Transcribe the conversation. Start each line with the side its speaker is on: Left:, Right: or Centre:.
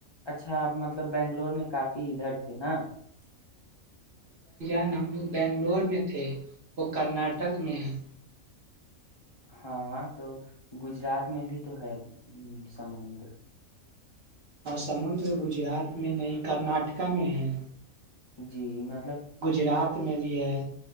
Left: اچھا آپ مطلب بنگلور میں کافی پ ادھر تھ نا <unintelligible>
Right: ان ہم لوگ بنگلور میں تھے وہ کرناٹک میں ہیں
Left: ہاں تو گجرات میں بھی تو ہے سمندر
Right: اور سمندر گجرات میں نہیں کرناٹک میں ہیں
Left: جی میں
Right: گجرات میں بھی ہے